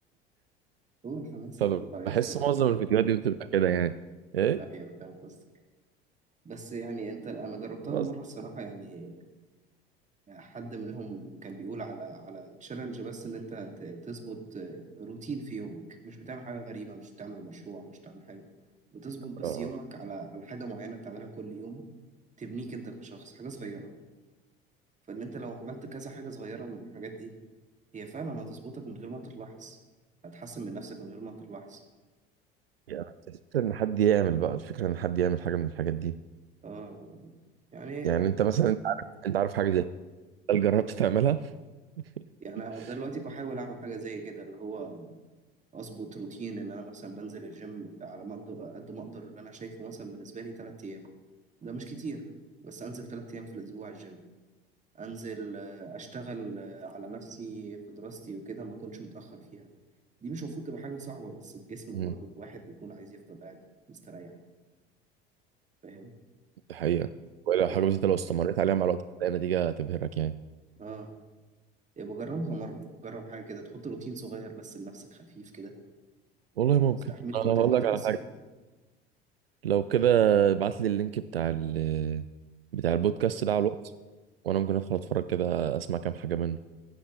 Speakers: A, on the right (about 25°); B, on the right (about 80°).
A: هو الحماس
B: فبحس
A: اللي هو يا اسطى
B: معظم الفيديوهات دي بتبقى كده يعني ايه
A: ايوه فاهم قصدك بس يعني انت انا جربتها
B: معظم
A: مرة الصراحة يعني يعني حد منهم كان بيقول على على تشالنج بس ان انت ت- تظبط آه، روتين في يومك مش بتعمل حاجه غريبه مش بتعمل مشروع مش بتعمل حاجه بتظبط بس
B: آه.
A: يومك على على حاجه معينه بتعملها كل يوم تبنيك انت كشخص حاجه صغيره فان انت لو عملت كذا حاجه صغيره من الحاجات دي هي فعلا هتظبطك من غير ما انت تلاحظ هتحسن من نفسك من غير ما انت تلاحظ
B: يعني الفكرة ان حد يعمل بقى الفكرة ان حد يعمل حاجة من الحاجات دي
A: آه يعني
B: يعني انت مثلا انت عارف انت عارف حاجة زي كده، هل جربت تعملها؟
A: يعني
B: <laughs>
A: أنا دلوقتي بحاول اعمل حاجه زي كده اللي هو اظبط روتين ان انا مثلا بنزل الجيم على ما أقدر- قد ما اقدر اللي انا شايفه مثلا بالنسبه لي ثلاث ايام ده مش كتير بس انزل ثلاث ايام في الاسبوع الجيم انزل آه، اشتغل آه، على نفسي في دراستي وكده ما اكونش متاخر فيها دي مش المفروض تبقى حاجه صعبه بس الجسم
B: مم.
A: برضه الواحد بيكون عايز يفضل قاعد مستريح فاهم
B: دي حقيقة ولا
A: إيه
B: حاجة بسيطة لو استمريت عليها مع الوقت هتلاقي نتيجة تبهرك يعني
A: اه إيه بجربها مره بجرب حاجه كده تحط روتين صغير بس لنفسك خفيف كده
B: والله
A: إيه لو
B: ممكن
A: استحملته
B: أنا
A: تبقى
B: هقول لك
A: تحسن
B: على حاجة
A: منه.
B: لو كده ابعت لي اللينك بتاع ال بتاع البودكاست ده على الواتس وأنا ممكن أدخل أتفرج كده أسمع كام حاجة منه